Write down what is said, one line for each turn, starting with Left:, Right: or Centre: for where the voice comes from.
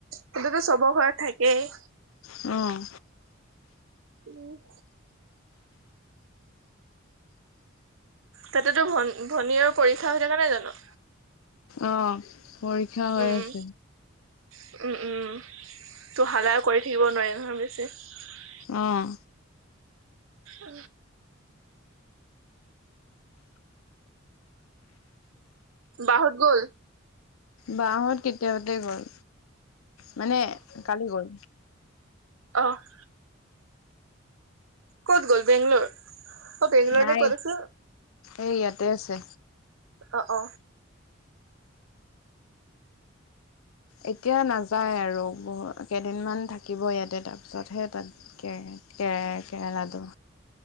Right: তন্ততো চবৰ ঘৰত থঠাই এই
Left: অঁ
Right: উম তাতেতো ভন ভনীৰ পৰীক্ষা হৈ থকাে নাই জানো
Left: আহ পৰীক্ষা হৈ
Right: উম
Left: আছে
Right: তো হালায় কৰি থাকিব নোৱাৰি নহয় বেছি
Left: অঁ
Right: উ বাহত গ'ল
Left: বাঁহত কেতিয়াওাতে গ'ল মানে কালি গল
Right: অ'ফ ক'ত গ'ল বেংলোৰ অ বেংলুৰিনে
Left: নাই
Right: কৰচ
Left: এই ইয়াতে আছে
Right: অ অ
Left: এতিয়া নাযায় আৰু বু কেইদিনমান থাকিব ইয়াতে তাৰপিছতহে তাত কে-কে-কেৰেলাডু